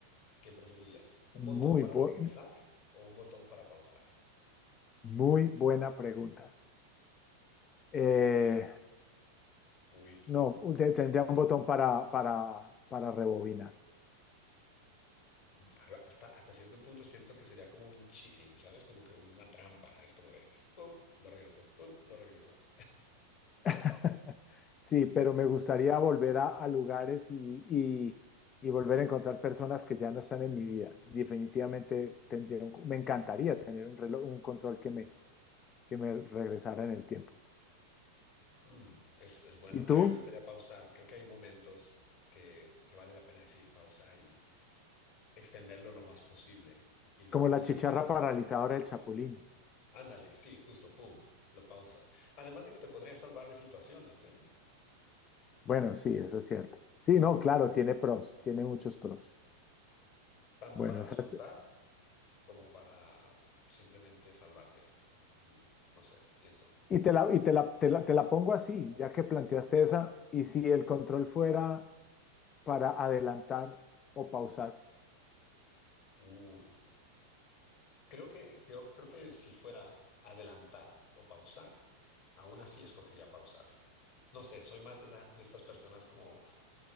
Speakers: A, on the left; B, on the left.
A: ¿Qué preferirías? ¿Un
B: muy,
A: botón para
B: bu-
A: regresar o un botón para pausar?
B: muy buena pregunta. Eh,
A: Uy.
B: no, te- tendría un botón para, para, para rebobinar.
A: a- Hasta, hasta cierto punto siento que sería como un cheating, ¿sabes? Como que una trampa. Es como de, "Pup, lo regreso, pup, lo regreso.
B: <laughs> Sí, pero me gustaría volver a, a lugares y, y- y volver a encontrar personas que ya no están en mi vida. Definitivamente tendría un- me encantaría tener un reloj, un control que me que me regresara en el tiempo.
A: Mm, es, es bueno.
B: ¿Y
A: A
B: tú?
A: mí me gustaría pausar. Creo que hay momentos que, que vale la pena decir pausa y extenderlo lo más posible y luego
B: Como la
A: seguir.
B: chicharra paralizadora del Chapulín.
A: Ándale, sí, justo, pum, lo pausas. Además de que te podría salvar de situaciones, ¿eh?
B: Bueno, sí, eso es cierto. Sí, no, claro, tiene pros, tiene muchos pros.
A: Tanto
B: Bueno,
A: para
B: esa
A: disfrutar
B: es-
A: como para simplemente salvarte. Mm, no sé, pienso.
B: y te la, y te la, te la, te la pongo así, ya que planteaste esa, y si el control fuera para adelantar o pausar.
A: Uy. Creo que, creo, creo que si fuera adelantar o pausar, aún así escogería pausar. No sé, soy más de, esa- de estas personas como